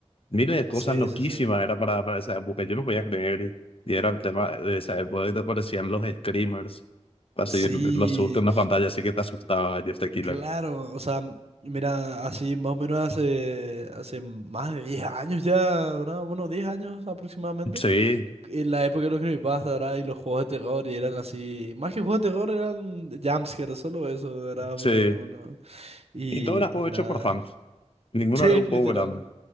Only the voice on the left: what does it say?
Miles de cosas
loquísimas
era para, para esa época, yo no podía creer. Y, y era el tema de esa época que te aparecían los screamers, así
los sustos en la pantalla, así que te asustaba Jeff the Killer.
Sí,
sí.
Y todo era juego
hecho por fans. Ninguno
era un
juego grande.